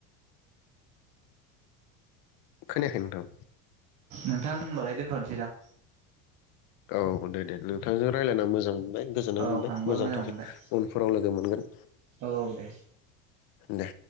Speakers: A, on the left; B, on the right.
A: खोनायाखै नोंथां
B: नोंथां होनबालाय दोनथनो सैदां
A: औ औ दे दे नोंथांजों रायज्लायना मोजां मोनबाय गोजोननाय
B: औ
A: मोनबाय
B: आंबो
A: मोजां थाय
B: मोनबाय
A: उनफोराव लोगो मोनगोन
B: औ औ दे
A: दे